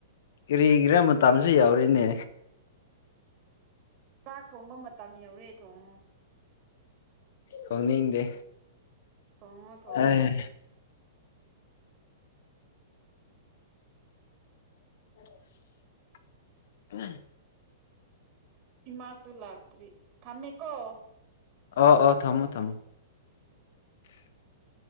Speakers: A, on the left (about 60°); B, on the right (about 30°).
A: ꯀꯔꯤꯒꯤꯔ ꯃꯇꯝꯁꯨ ꯌꯧꯔꯦꯅꯦ
B: ꯆꯥꯛ ꯊꯣꯡꯕ ꯃꯇꯝ ꯌꯧꯔꯦ ꯊꯣꯡꯉꯣ
A: ꯊꯣꯡꯅꯤꯡꯗꯦ
B: ꯊꯣꯡꯉꯣ ꯊꯣꯡꯉꯣ
A: ꯑꯦ ꯑꯁ ꯑ
B: ꯏꯃꯥꯁꯨꯨ ꯂꯥꯥꯛꯇ꯭ꯔꯤ ꯊꯝꯃꯦꯀꯣ
A: ꯑꯣ ꯑꯣ ꯊꯝꯃꯣ ꯊꯝꯃꯣ
B: ꯎꯝ ꯎꯝ
A: <unintelligible>